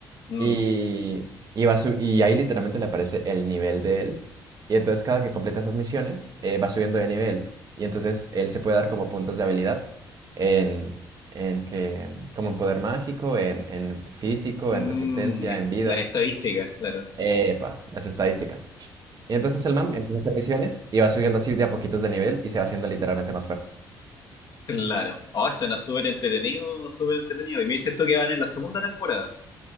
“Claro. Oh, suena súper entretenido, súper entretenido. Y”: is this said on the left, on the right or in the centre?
Left